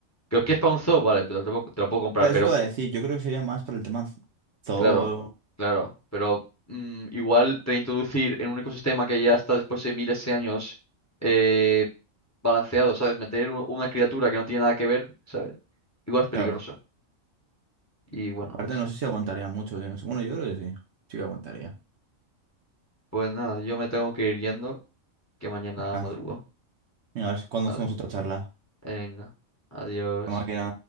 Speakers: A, on the left; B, on the right.
A: Creo que es para un zoo, vale, pero te lo puedo te lo puedo comprar,
B: Ya, Eso
A: pero
B: te voy a decir, yo creo que sería más para el tema zoo.
A: Claro, claro, pero mm, igual reintroducir en un ecosistema que ya está después de miles de años eh, balanceado, ¿sabes? Meter u- una criatura que no tiene nada que ver, ¿sabes? Igual es peligroso.
B: Claro.
A: Y bueno,
B: Aparte,
A: eso.
B: no sé si aguantaría mucho. si no sé- Bueno, yo creo que sí. Sí que aguantaría.
A: Pues nada, yo me tengo que ir yendo, que mañana
B: Venga.
A: madrugo,
B: Venga, a ver si- cuándo
A: ¿vale?
B: hacemos otra charla.
A: Venga, adiós.
B: La máquina.